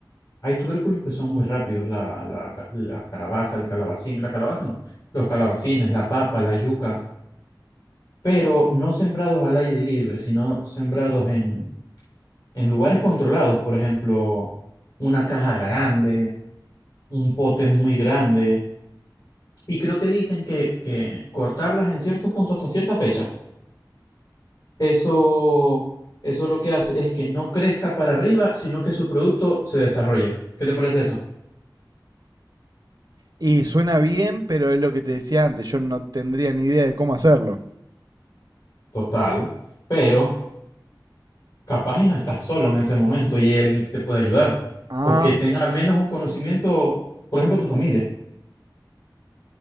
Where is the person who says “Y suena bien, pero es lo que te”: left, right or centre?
Right